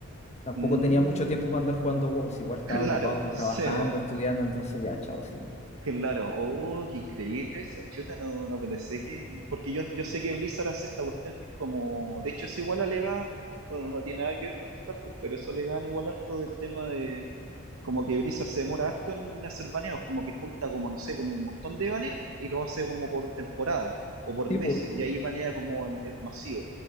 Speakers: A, on the left; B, on the right.
A: Tampoco
B: Mm,
A: tenía mucho tiempo para andar jugando WoW, si igual estaba
B: claro,
A: ocupado trabajando,
B: <laughs> Sebo.
A: estudiando, entonces ya, chao, sí.
B: Claro, oh, qué increíble eso, chuta, no, no pensé que... Porque yo, yo sé que Blizzard hace esta cuestión que es como... De hecho, eso igual alegan, bueno, no tiene nada que ver con el StarCraft, pero eso alegan igual harto del tema de... Como que Blizzard se demora harto en hacer baneos, como que junta como, no sé, como un montón de baneos y lo hace como por temporada o por
A: Sí,
B: meses,
A: pues,
B: y ahí banea como en- es masivo.